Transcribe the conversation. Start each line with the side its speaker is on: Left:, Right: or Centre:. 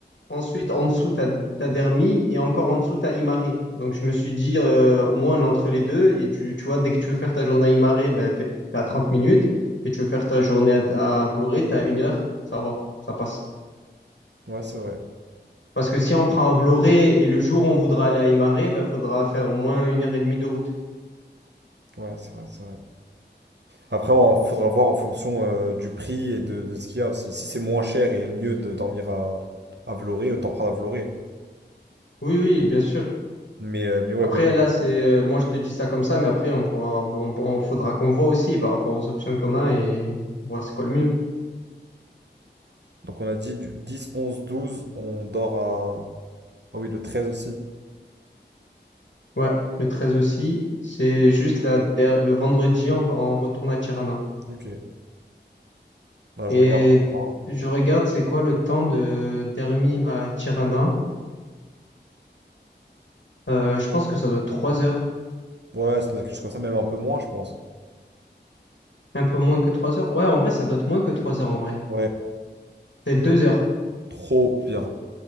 Left: ensuite en dessous t'as t'as Dermi et encore en dessous t'as Imaré Donc je me suis dit euh, au moins on est entre les deux et tu, tu vois dès que tu veux faire ta journée à Imare, bah t'es t'es à trente minutes et tu veux faire ta journée à, à Vloré, t'as une heure, ça va, ça passe.
Right: Ouais, c'est vrai.
Left: Parce que si on prend un Vloré et le jour où on voudra aller à Imare, bah faudra faire au moins une heure et demie de route.
Right: Ouais, c'est vrai, c'est vrai. Après, on faudra voir en fonction euh, du prix et de, de ce qu'il y a aussi. Si c'est moins cher et mieux de dormir à, à Vloré, autant prendre à Vloré.
Left: Oui oui bien sûr.
Right: Mais, euh, mais ouais,
Left: Après,
Right: bonne idée.
Left: là, c'est, moi, je te dis ça comme ça, mais après, on pourra, on, on- faudra qu'on voit aussi par rapport aux options qu'on a et voir c'est quoi le mieux.
Right: Donc, on a dit du 10, 11, 12, on dort à. Ah oui, le 13 aussi.
Left: Ouais, le 13 aussi, c'est juste la, der- le vendredi, on, on retourne à Tirana.
Right: Ok. Bah,
Left: Et
Right: je regarde en même temps.
Left: je regarde, c'est quoi le temps de d'Hermie à Tirana. Euh, je pense que ça doit être 3 heures.
Right: Ouais, ça doit être quelque chose comme ça, même un peu moins, je pense.
Left: Un peu moins que trois heures. Ouais, en vrai, ça doit être moins que 3 heures en vrai.
Right: Ouais,
Left: C'est 2 heures.
Right: trop bien.